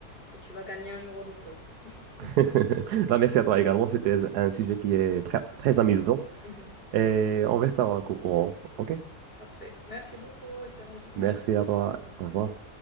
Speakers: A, on the left; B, on the right.
A: que tu vas gagner un jour au loto aussi. <laughs>
B: <laughs> Bah, merci à toi également, c'était un sujet qui est très, très amusant
A: Mhm.
B: et on restera au courant, OK?
A: Parfait. Merci beaucoup. Excellente journée.
B: Merci à toi.
A: Au revoir.
B: Au revoir.